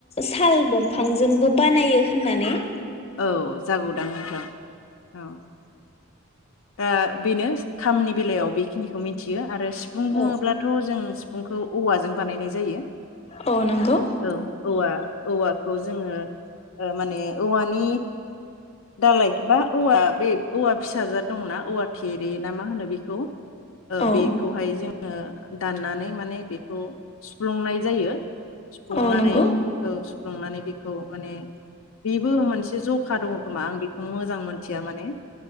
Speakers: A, on the left; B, on the left.
A: साल दंफांजोंबो बानायो होननानै
B: औ जागौदां नोंथां औ आं बेनो खामनि बेलायाव बे बे खिनिखौ मिथियो आरो सिफुं बुङोब्लाथ'
A: औ
B: जों सिफुंखौ औवाजों बानायनाय जायो
A: औ नंगौ
B: औ औवा औवाखौ जोङो माने औवानि दालाय बा औवा बे औवा फिसाजाद दंना औवा थेरे ना मा होनो बेखौ ओ
A: औ
B: बेखौहाय जों ओ दाननानै माने बेखौ सुफ्लंनाय जायो सुफ्लुंनानै
A: औ नंगौ
B: औ सुफ्लंनानै बेखौ माने बेबो मोनसे ज खा दङ खोमा आं बेखौ मोजां मोजां मोनथिया माने